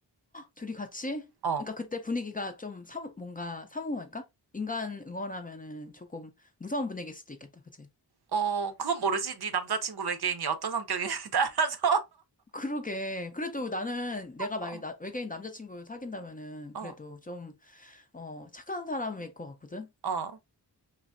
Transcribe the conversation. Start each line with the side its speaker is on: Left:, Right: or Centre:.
Left: 둘이 같이?
Right: 어,
Left: 그러니까 그때 분위기가 좀 사무, 뭔가 사무할까? 인간 응원하면은 조금 무서운 분위기일 수도 있겠다, 그치?
Right: 어, 그건 모르지. 네 남자친구 외계인이 어떤 성격이냐에 <laughs> 따라서.
Left: 그러게. 그래도 나는 내가 만약에
Right: 어,
Left: 나- 외계인 남자친구를 사귄다면은
Right: 어,
Left: 그래도 좀, 어, 착한 사람일 것 같거든?
Right: 어,